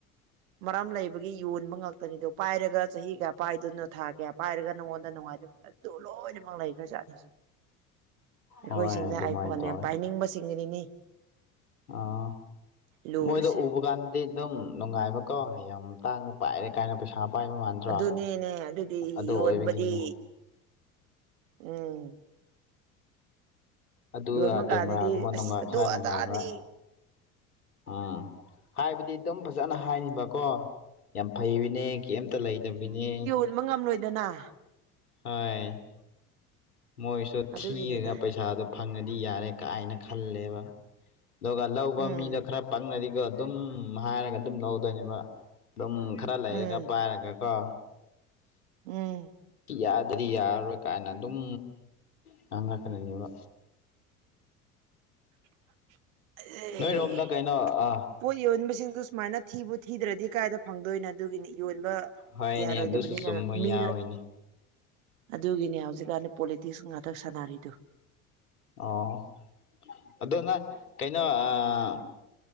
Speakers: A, on the right (about 60°); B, on the left (about 80°).
A: ꯃꯔꯝ ꯂꯩꯕꯒꯤ ꯌꯣꯟꯕ ꯉꯥꯛꯇꯅꯤꯗꯣ ꯄꯥꯏꯔꯒ ꯆꯍꯤ ꯀꯌꯥ ꯄꯥꯏꯗꯣꯏꯅꯣ ꯊꯥ ꯀꯌꯥ ꯄꯥꯏꯔꯒ ꯅꯉꯣꯟ ꯅꯨꯡꯉꯥꯏꯇꯕ ꯑꯗꯨ ꯂꯣꯏꯅꯃꯛ ꯂꯩꯈ꯭ꯔꯖꯥꯠꯅꯤꯁꯦ ꯑꯩꯈꯣꯏꯁꯤꯡꯗ
B: ꯍꯣꯏ ꯑꯗꯨꯃꯥꯏꯅ
A: ꯑꯥꯏꯐꯣꯟ
B: ꯇꯧꯋꯦ
A: ꯌꯥꯝ ꯄꯥꯏꯅꯤꯡꯕ ꯆꯤꯡꯅꯤꯅꯤ
B: ꯑꯥ
A: ꯂꯨꯔꯤꯁꯦ
B: ꯃꯣꯏꯗꯣ ꯎꯕ ꯀꯥꯟꯗꯗꯤ ꯑꯗꯨꯝ ꯅꯨꯡꯉꯥꯏꯕꯀꯣ ꯌꯥꯝ ꯇꯥꯡꯕ ꯄꯥꯏꯔꯦ ꯀꯥꯏꯅ ꯄꯩꯁꯥ ꯄꯥꯏꯕ ꯃꯥꯟꯗ꯭ꯔꯣ
A: ꯑꯗꯨꯅꯦꯅꯦ ꯑꯗꯨꯗꯤ
B: ꯑꯗꯨ
A: ꯌꯣꯟꯕꯗꯤ
B: ꯑꯣꯏꯕꯒꯤꯅꯤ
A: ꯎꯝ
B: ꯑꯗꯨꯔ
A: ꯌꯣꯟꯕ
B: ꯀꯦꯃꯦꯔꯥꯒꯨꯝꯕ
A: ꯀꯥꯟꯗꯗꯤ
B: ꯅꯨꯡꯉꯥꯢ
A: ꯑꯁ ꯑꯗꯨ
B: ꯈꯔ ꯅꯨꯡꯉꯥꯏꯕ
A: ꯑꯗꯥꯅꯤ
B: ꯑꯥ ꯍꯥꯏꯕꯗꯤ ꯑꯗꯨꯝ ꯐꯖꯅ ꯍꯥꯏꯅꯤꯕꯀꯣ ꯌꯥꯝ ꯐꯩ ꯅꯦ ꯀꯩꯝꯇ ꯂꯩꯇꯕꯤꯅꯦ
A: ꯕ ꯉꯝꯂꯣꯏꯗꯅ
B: ꯍꯥꯢ ꯃꯣꯏꯁꯨ
A: ꯑꯗꯨꯒꯤꯅꯤꯗ
B: ꯊꯤꯔꯅ ꯄꯩꯁꯥꯗꯣ ꯐꯪꯉꯗꯤ ꯌꯥꯔꯦ ꯀꯥꯏꯅ ꯈꯜꯂꯦꯕ ꯑꯗꯨꯒ ꯂꯧꯕ
A: ꯎꯝ
B: ꯃꯤꯗꯣ ꯈꯔ ꯄꯪꯉꯗꯤꯀꯣ ꯑꯗꯨꯝ ꯍꯥꯏꯔꯒ ꯑꯗꯨꯝ ꯂꯧꯗꯣꯏꯅꯦꯕ ꯑꯗꯨꯝ ꯈꯔ ꯂꯩꯔꯒ
A: ꯎꯝ
B: ꯄꯥꯏꯔꯒꯀꯣ
A: ꯎꯝ
B: ꯌꯥꯗ꯭ꯔꯗꯤ ꯌꯥꯔꯔꯣꯏ ꯀꯥꯏꯅ ꯑꯗꯨꯝ ꯉꯥꯡꯉꯛꯈ꯭ꯔꯅꯤꯕ
A: <inaudible> ꯑꯦ
B: ꯅꯣꯏꯔꯣꯝꯗ ꯀꯩꯅꯣ ꯑ
A: ꯄꯣꯠ ꯌꯣꯟꯕꯁꯤꯡꯗꯨ ꯁꯨꯃꯥꯏꯅ ꯊꯤꯕꯨ ꯊꯤꯗ꯭ꯔꯗꯤ ꯀꯥꯏꯗ ꯐꯪꯗꯣꯏꯅꯣ ꯑꯗꯨꯒꯤꯅꯤ ꯌꯣꯟꯕ
B: ꯍꯣꯏꯅꯦ
A: ꯌꯥꯔꯣꯏꯗꯕꯅꯤꯅ
B: ꯑꯗꯨꯁꯨ ꯆꯨꯝꯕ ꯌꯥꯎꯋꯤꯅꯦ
A: ꯃꯤ ꯑꯗꯨꯒꯤꯅꯦ ꯍꯧꯖꯤꯛꯀꯥꯟꯗ ꯄꯣꯂꯤꯇꯤꯛꯁ ꯉꯥꯛꯇꯛ ꯁꯥꯟꯅꯔꯤꯗꯨ
B: ꯑꯣ ꯑꯗꯣ ꯅꯪ ꯀꯩꯅꯣ ꯑꯥ